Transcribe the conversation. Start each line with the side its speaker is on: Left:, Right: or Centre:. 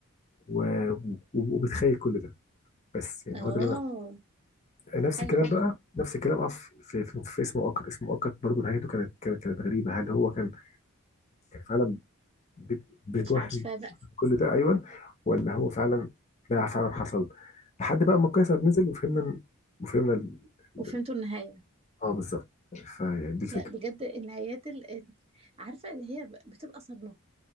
Left: و... و- وبتخيل كل ده بس يعني
Right: اه
Left: هو ده اللي انا نفس
Right: حلو
Left: الكلام بقى نفس الكلام أف في, في, في اسمه اوكر اسمه اوكر برضه نهايته كانت كانت كانت غريبة هل هو كان كان فعلا بت- بتوهم
Right: مش عارفة بقى
Left: كل ده ايوه ولا هو فعلا ده فعلا حصل لحد بقى ما قيصر نزل وفهمنا إن- وفهمنا ال... ال-
Right: وفهمتوا النهاية
Left: اه بالظبط فدي الفكره
Right: لا بجد النهايات ال... ال- عارفة اللي هي ب- بتبقى صدمة